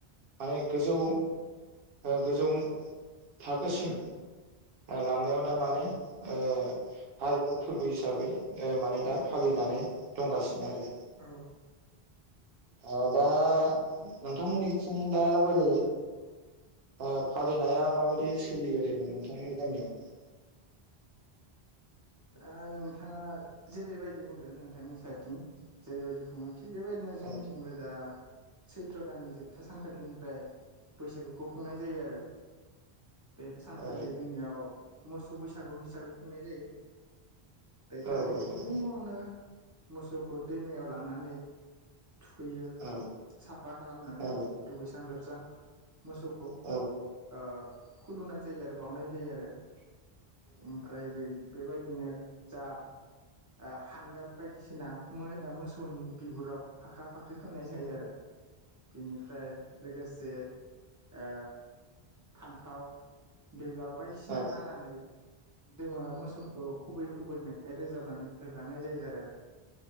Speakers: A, on the right; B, on the right.
A: माने गोजौ ओ गोजौ थाखोसिम लांनायाव दा माने ओ हारिमु फोरबो हिसाबै ओ माने दा फालिनानै दंगासिनो आरो
B: औ
A: ओ दा नोंथांमोननिथिं दा बोरै ओ फालिनाया माबायदि सोलियो ओरैनो नोंथांमोननि गामियाव?
B: दा नोंथाङा जेरैबायदि बुंदों नोंथांनि साइथिं जेरैबायदि खुङो थिग बेबायदिनो जोंनिथिंबो
A: औ
B: जा सैत्र' दाननि जोबथा सानखालिनिफ्राय बैसागुखौ खुंनाय जायो आरो। बे सानखालि
A: औ
B: जोंनियाव मोसौ बैसागु हिसाबै खुंनाय जायो। बेखालि
A: औ
B: फुङावनो मोसौखौ दैमायाव लांनानै थुखैयो
A: औ
B: साफा खालामनानै
A: औ
B: दुगैस्रां लोबस्रां। मोसौखौ
A: औ
B: ओ खुलुमनाय जायो आरो बावनाय जायो आरो। ओमफ्राय बे बेबायदि दिनो जा आ हांगार बायदिसिना मोसौनि बिगुराव फाख्रा फाख्रि फोननाय जायो आरो बेनिफ्राय लोगोसे ओ फान्थाव दैलाव बायदिसिना
A: औ
B: हानानै दैमा मोसौ गुबै गुबै मेथाइ रोजाबनानै होलांनाय जायो आरो।